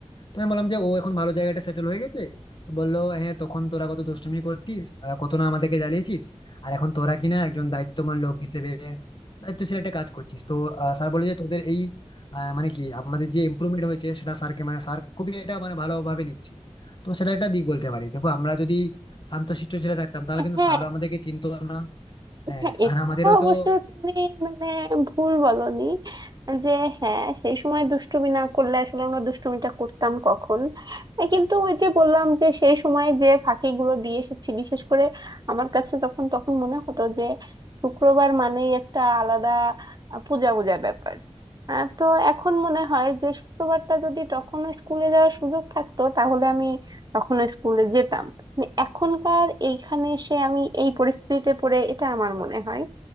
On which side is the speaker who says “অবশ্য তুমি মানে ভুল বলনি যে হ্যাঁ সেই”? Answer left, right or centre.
Right